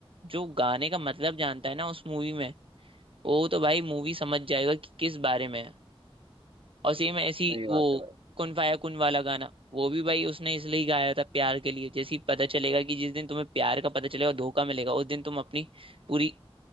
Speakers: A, on the right; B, on the right.
A: जो गाने का मतलब जानता है ना उस मूवी में वो तो भाई मूवी समझ जाएगा कि किस बारे में है और सेम ऐसी
B: सही
A: वो
B: बात है भाई
A: कुन फाया कुन वाला गाना वो भी भाई उसने इसलिए गाया था प्यार के लिए जैसे ही पता चलेगा कि जिस दिन तुम्हें प्यार का पता चलेगा धोखा मिलेगा उस दिन तुम अपनी पूरी